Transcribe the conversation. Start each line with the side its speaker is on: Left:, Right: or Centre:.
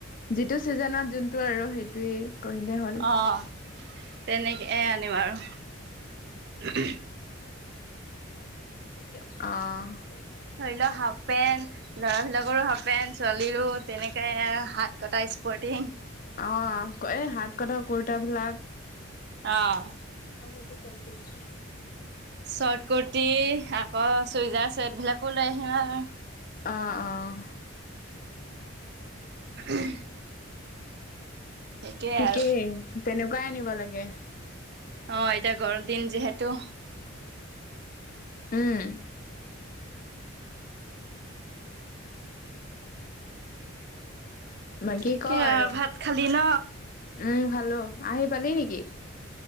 Left: যিটো ছিজনত যোনটো আৰু সেইটোৱেই। কৰিলেই হ'ল
Right: অ' তেনেকেই আনিম আৰু
Left: অহ।
Right: ধৰি ল হাফ হাফ পেণ্ট, ল'ৰা বিলাকৰো হাফ পেণ্ট, ছোৱালীৰো তেনেকে হাত কটা স্পৰ্টিং।
Left: অ' এই হাত কটা কুৰ্তাবিলাক
Right: অহ।
Left: মইতো কল কৰিছো।
Right: চৰ্ট কুৰ্তি আকৌ চুইজাৰ চেট বিলাকো লৈ আহিম আৰু।
Left: অ' অ'।
Right: <unintelligible> সেইটোৱে
Left: ঠিকেইে
Right: আৰু
Left: তেনেকুৱাই আনিব লাগে।
Right: অ' এতিয়া গৰম দিন যিহেতু
Left: উম। বাকী
Right: তাকে
Left: ক আৰু
Right: ভাত খালি ন
Left: উম, খালো। আহি পালি নেকি?